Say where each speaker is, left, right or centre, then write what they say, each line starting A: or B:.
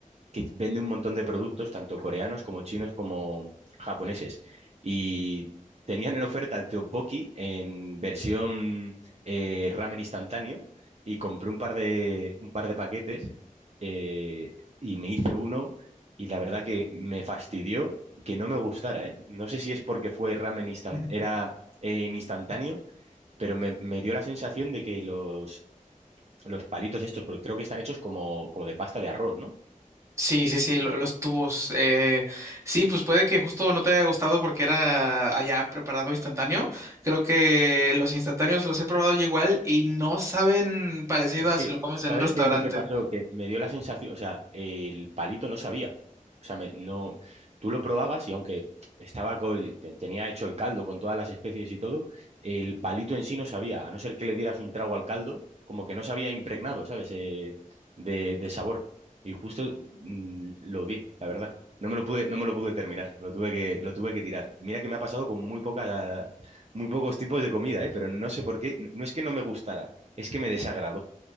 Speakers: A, on the right (about 50°); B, on the right (about 20°).
A: que vende un montón de productos, tanto coreanos como chinos como japoneses. Y tenían en oferta el tteokbokki en versión eh, ramen instantáneo y compré un par de, un par de paquetes eh, y me hice uno y la verdad que me fastidió que no me gustara, ¿eh? No sé si es porque fue ramen instan-
B: Ujú.
A: era eh, en instantáneo, pero me, me dio la sensación de que los, los palitos estos, porque creo que están hechos como, como de pasta de arroz, ¿no?
B: Sí, sí, sí, lo- los tubos. eh, sí, pues puede que justo no te haya gustado porque era allá preparado instantáneo. Creo que los instantáneos los he probado yo igual y no saben parecido
A: Es
B: a
A: que,
B: si lo comes
A: ¿sabes
B: en un restaurante.
A: qué es lo que pasó? Que me dio la sensación, o sea, el palito no sabía. O sea, me- no, tú lo probabas y aunque estaba co- te- tenía hecho el caldo con todas las especies y todo, el palito en sí no sabía, a no ser que le dieras un trago al caldo, como que no se había impregnado, ¿sabes? Eh, de, de sabor. Y justo mm, lo di, la verdad. No me lo pude, no me lo pude terminar, lo tuve que, lo tuve que tirar. Mira que me ha pasado con muy pocas, muy pocos tipos de comida, ¿eh? Pero no sé por qué, no no es que no me gustara, es que me desagradó.